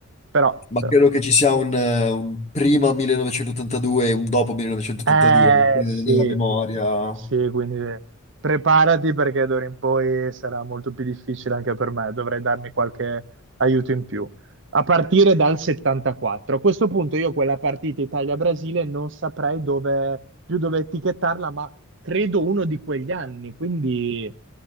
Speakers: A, on the right; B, on the left.
A: però,
B: ma
A: però.
B: credo che ci sia un, eh, un prima 1982 e un dopo 1982
A: Eh
B: anche
A: sì,
B: nella memoria.
A: Sì, quindi preparati perché d'ora in poi sarà molto più difficile anche per me, dovrei darmi qualche aiuto in più. A partire dal 74. A questo punto io quella partita Italia-Brasile non saprei dove, più dove etichettarla, ma credo uno di quegli anni, quindi